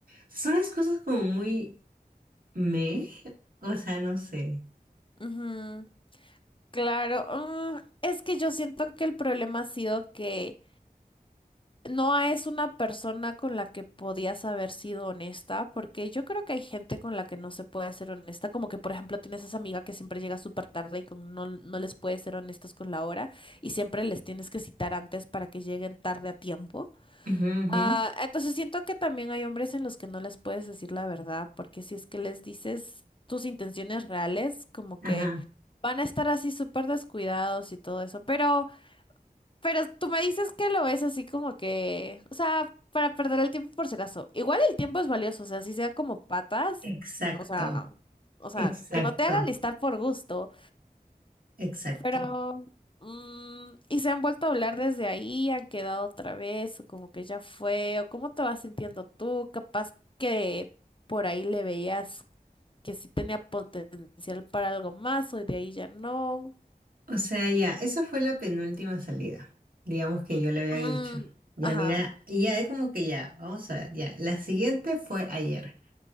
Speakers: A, on the right; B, on the left.
A: Son las cosas como muy me, o sea, no sé.
B: Ujú, Claro. Mm, es que yo siento que el problema ha sido que Noah es una persona con la que podías haber sido honesta, porque yo creo que hay gente con la que no se puede ser honesta, como que por ejemplo tienes esa amiga que siempre llega súper tarde y con, no, no les puedes ser honestos con la hora y siempre les tienes que citar antes para que lleguen tarde a tiempo.
A: Ujú, ujú,
B: Ah, entonces siento que también hay hombres en los que no les puedes decir la verdad, porque si es que les dices tus intenciones reales, como
A: Ajá.
B: que van a estar así súper descuidados y todo eso, pero... Pero tú me dices que lo ves así como que, o sea, para perder el tiempo por si acaso. Igual el tiempo es valioso, o sea, si sea como patas,
A: Exacto,
B: no, o sea, o sea,
A: exacto,
B: que no te haga listar por gusto.
A: exacto.
B: Pero, mm, y se han vuelto a hablar desde ahí, han quedado otra vez, o como que ya fue, o cómo te vas sintiendo tú, capaz que por ahí le veías que sí tenía potencial para algo más, o de ahí ya no.
A: O sea, ya, esa fue la penúltima salida, digamos que
B: Mm,
A: yo le había
B: mm,
A: dicho. Ya,
B: ajá,
A: mira, y ya es como que ya, vamos a ver, ya. La siguiente fue ayer.